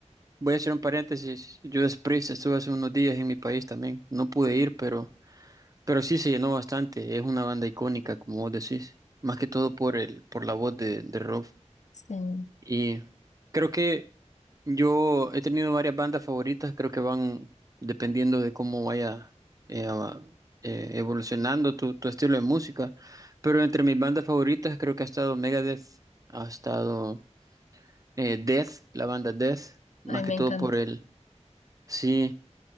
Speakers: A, on the right; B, on the left.
A: voy a hacer un paréntesis. Judas Priest estuvo hace unos días en mi país también. No pude ir, pero... Pero sí se llenó bastante, es una banda icónica, como vos decís, más que todo por el, por la voz de, de Rob.
B: Sí,
A: Y creo que yo he tenido varias bandas favoritas, creo que van dependiendo de cómo vaya eh, a- eh, evolucionando tu, tu estilo de música. Pero entre mis bandas favoritas creo que ha estado Megadeth, ha estado eh, Death, la banda Death, más
B: ay,
A: que
B: me
A: todo
B: encanta.
A: por el, sí.